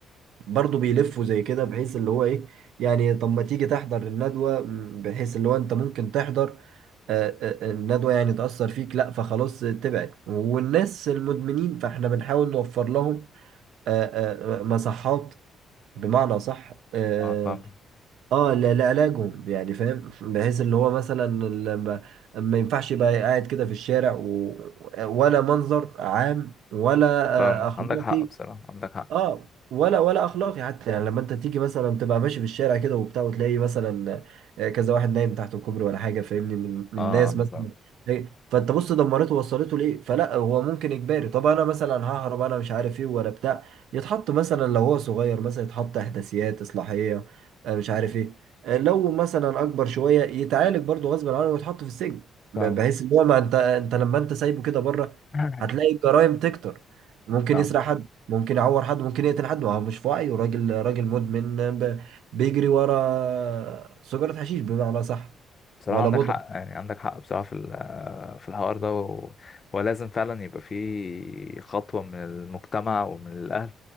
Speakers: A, on the right; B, on the left.
A: برضه بيلفوا زي كده بحيث اللي هو ايه يعني طب ما تيجي تحضر الندوة م، بحيث اللي هو انت ممكن تحضر آه، آه، آه، الندوة يعني تأثر فيك لا فخلاص تبعد والناس المدمنين فاحنا بنحاول نوفر لهم آه، آه، آه، مصحات بمعنى صح اه
B: اه فاهم
A: آه، ل- لعلاجهم يعني فاهم بحيث اللي هو مثلا ال- ما ما ينفعش يبقى قاعد كده في الشارع و... ولا منظر عام ولا
B: فاهمك
A: آه، اخلاقي
B: عندك حق بصراحة عندك حق
A: اه ولا ولا اخلاقي حتى يعني لما انت تيجي مثلا تبقى ماشي في الشارع كده وبتاع وتلاقي مثلا آه، كذا واحد نايم تحت الكوبري ولا حاجه فاهمني من من
B: اه
A: ناس مثلا
B: فاهم
A: إيه، فانت بص دمرته ووصلته ليه فلا هو ممكن اجباري طب انا مثلا ههرب انا مش عارف ايه ولا بتاع يتحط مثلا لو هو صغير مثلا يتحط احداثيات اصلاحيه آه، مش عارف ايه آه، لو مثلا اكبر شويه يتعالج برضه غصب عنه ويتحط في السجن ب-
B: فاهم
A: بحيث ان هو ما انت انت لما انت سايبه كده بره
B: <laughs>
A: هتلاقي الجرائم تكتر ممكن
B: فاهم
A: يسرق حد ممكن يعور حد ممكن يقتل حد ما هو مش في وعيه راجل راجل مدمن ب- بيجري ورا سجارة حشيش بمعنى صح
B: بصراحة
A: ولا
B: عندك
A: مدمن
B: حق يعني عندك حق بصراحة في ال- في الحوار ده و- ولازم فعلا يبقى في خطوة من المجتمع ومن الأهل